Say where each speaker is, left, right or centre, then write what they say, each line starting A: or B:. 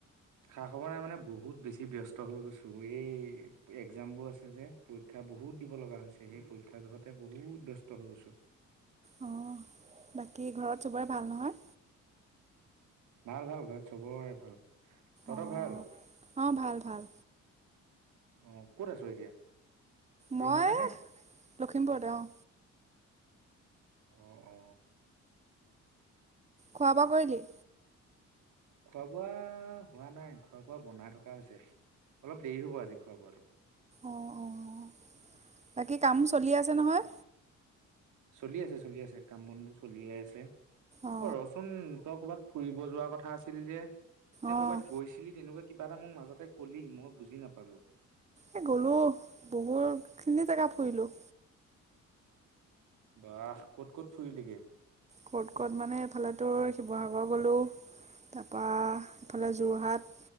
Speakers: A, on the right (about 80°); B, on the right (about 20°).
A: খা খবৰ নাই মানে বহুত বেছি ব্যস্ত হৈ গৈছোঁ এই একজামবোৰ আছে যে পৰীক্ষা বহুত দিব লগা হৈছে সেই পৰীক্ষা জহতে বহুত ব্যস্ত হৈ গৈছোঁ
B: অ বাকী ঘৰত চবৰে ভাল নহয়
A: ভাল ভাল ঘৰত চবৰে ভাল তহঁতৰ
B: অঁ
A: ভাল
B: অঁ ভাল ভাল
A: অ ক'ত আছো এতিয়া
B: মই
A: ৰুমতেনে
B: লখিমপুৰতে অঁ
A: অ অ
B: খোৱা বোৱা কৰিলি
A: খোৱা বোৱা হোৱা নাই খোৱা বোৱা বনাই থকা হৈছে অলপ দেৰি হ'ব আজি খোৱা বাৰু
B: অঁ অঁ বাকী কাম চলি আছে নহয়।
A: চলি আছে চলি আছে কাম বনো চলিয়ে আছে
B: অঁ
A: অ ৰচোন তই কৰ'ৰবাত ফুৰিব যোৱাৰ কথা আছিল যে নে
B: অঁ অঁ
A: ক'ৰবাত গৈছিলি তেনেকুৱা কিবা এটা মোক মাজতে কলি মই বুজি নাপালো
B: এ গ'লো বহুতখিনি জেগা ফুৰিলো।
A: বাাহ ক'ত ক'ত ফুৰিলগে
B: ক'ত ক'ত মানে এইফালেতো শিৱসাগৰ গ'লো। তাৰপৰা ইফালে যোৰহাট